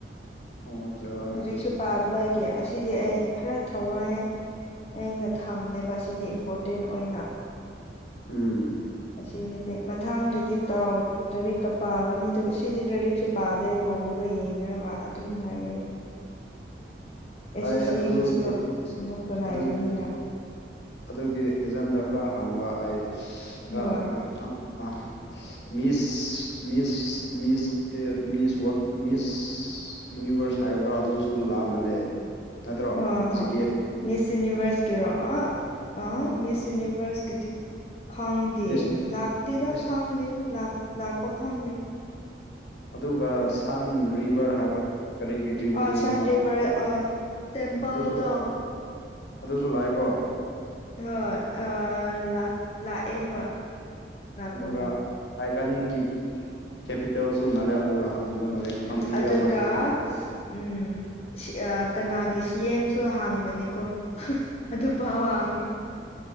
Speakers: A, on the left; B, on the left.
A: ꯑꯣ ꯖꯥ
B: ꯂꯥꯏꯔꯤꯛꯁꯨ ꯄꯥꯗꯕ ꯑꯩꯒꯤ ꯑꯁꯤꯗꯤ ꯑꯩ ꯈꯔ ꯊꯋꯥꯏ ꯑꯩꯅ ꯊꯝꯗꯦꯕ ꯑꯁꯤꯗꯤ ꯏꯝꯄꯣꯔꯇꯦꯟ ꯑꯣꯏꯅ
A: ꯎꯝ
B: ꯑꯁꯤꯗꯗꯤ ꯃꯊꯥꯡꯗꯗꯤ ꯇꯥꯎ ꯂꯥꯏꯔꯤꯛꯀ ꯄꯥꯒꯅꯤ ꯑꯗꯨꯒ ꯁꯤꯗꯤ ꯂꯥꯏꯔꯤꯛꯁꯨ ꯄꯥꯗꯦꯕ ꯕꫭꯜꯒ ꯌꯦꯡꯉꯒ ꯑꯗꯨꯝ ꯂꯩꯌꯦ ꯑꯩꯗꯤ ꯑꯦꯁ
A: ꯑꯩ
B: ꯑꯦꯁ ꯁꯤꯒꯤꯁꯨ
A: ꯑꯗꯨꯒꯤ
B: ꯁꯨꯝꯃꯛꯄꯂꯥꯏꯕꯅꯤꯅ
A: ꯑꯗꯨꯒꯤ ꯑꯗꯨꯒꯤ ꯑꯦꯖꯥꯝꯗ ꯈꯔ ꯍꯥꯡꯕ ꯑꯩ
B: ꯍꯣꯏ
A: ꯑꯥ ꯑꯥ ꯃꯤꯁ ꯃꯤꯁ ꯃꯤꯁ ꯃꯤꯁ ꯃꯤꯁ ꯌꯨꯅꯤꯚꯔꯁ ꯍꯥꯏꯕ꯭ꯔꯥ ꯑꯗꯨꯁꯨ ꯂꯥꯛꯑꯃꯜꯂꯦ ꯅꯠꯇ꯭ꯔꯣ
B: ꯍꯥ ꯍꯥ
A: ꯖꯤꯀꯦꯗ
B: ꯃꯤꯁ ꯌꯨꯅꯤꯚꯔꯁꯀꯤꯔꯣ ꯑ ꯑ
A: ꯑꯥ
B: ꯃꯤꯁ ꯌꯨꯅꯤ ꯚꯔꯁꯀꯤꯗꯤ ꯈꯪꯗꯦ
A: ꯃꯤꯁ ꯌꯨꯅꯤ
B: ꯂꯥꯛꯇꯦꯗ
A: ꯃꯤꯁ
B: ꯈꯪꯗꯦ ꯂꯥꯛꯄ ꯈꯪꯗꯦ
A: ꯑꯗꯨꯒ ꯁꯟ ꯔꯤꯕꯔ ꯍꯥꯏꯕ ꯀꯔꯤꯒꯤ ꯇ꯭ꯔꯤꯕꯨꯇ꯭ꯔꯤꯅꯣ
B: ꯑ ꯁꯥꯟ ꯔꯤꯚꯔ
A: <unintelligible>
B: ꯑ ꯇꯦꯝꯄꯜꯗꯣ
A: ꯑꯗꯨꯁꯨ ꯂꯥꯛꯑ ꯑꯗꯨꯁꯨ ꯂꯥꯛꯑꯀꯣ
B: ꯍꯣꯏ ꯑꯥ ꯂꯥꯛ ꯂꯥꯛꯑꯦ ꯍꯣꯏ ꯂꯥꯛꯄ
A: ꯑꯗꯨꯒ
B: ꯃꯥ
A: ꯑꯥꯏꯒꯟꯒꯤ ꯀꯦꯄꯤꯇꯦꯜꯁꯨ ꯃꯥꯜꯂꯦ ꯑꯗꯨꯒ ꯍꯥꯡꯕ ꯃꯥꯜꯂꯦ
B: ꯎꯝ
A: ꯀꯟꯇ꯭ꯔꯤ
B: ꯑꯗꯨꯒ
A: ꯑꯃꯒꯤ ꯀꯦꯄꯤꯇꯦꯜ
B: ꯎꯝ ꯀꯅꯥꯒꯤ ꯁꯤ ꯑꯦꯝꯁꯨ ꯍꯥꯡꯕꯅꯦꯀꯣ ꯑꯗꯨ ꯄꯥꯎ ꯍꯪꯡꯉꯦ